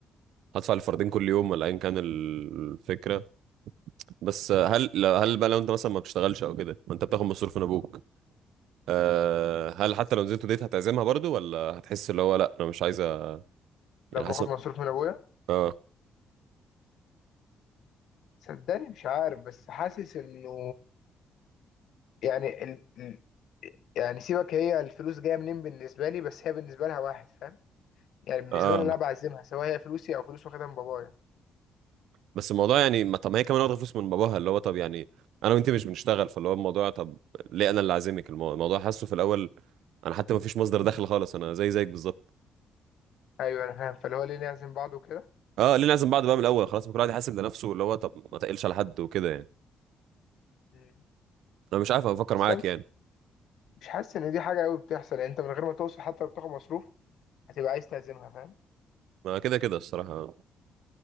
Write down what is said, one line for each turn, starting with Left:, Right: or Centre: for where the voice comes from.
Right: هدفع الفردين كل يوم ولا ايا كان الفكرة بس هل لو- هل بقى لو انت مثلا ما بتشتغلش او كده وانت بتاخد مصروف من ابوك أه هل حتى لو نزلت ديت هتعزمها برضو ولا هتحس اللي هو لا انا مش عايزة يعني
Left: لو باخد
Right: حاسس
Left: مصروف من ابويا
Right: اه
Left: صدقني مش عارف بس حاسس انه يعني ال... ال... يعني سيبك هي الفلوس جاية منين بالنسبة لي بس هي بالنسبة لها واحد فاهم يعني بالنسبة
Right: اه
Left: لي انا بعزمها سواء هي فلوسي او فلوس واخدها من بابايا
Right: بس الموضوع يعني ما طب ما هي كمان واخده فلوس من باباها اللي هو طب يعني انا وانت مش بنشتغل فاللي هو الموضوع طب ليه انا اللي عازمك المو- الموضوع حاسه في الاول انا حتى ما فيش مصدر دخل خالص انا زي زيك بالظبط
Left: ايوه انا فاهم فاللي هو ليه نعزم بعض وكده
Right: اه ليه نعزم بعض بقى من الاول خلاص ما كل واحد يحاسب لنفسه اللي هو طب ما تقلش على حد وكده يعني
Left: مم.
Right: انا مش عارف انا بفكر
Left: بس
Right: معاك
Left: انا مش
Right: يعني
Left: مش حاسس ان دي حاجة قوي بتحصل يعني انت من غير ما توصل حتى لو بتاخد مصروف هتبقى عايز تعزمها فاهم
Right: ما كده كده الصراحه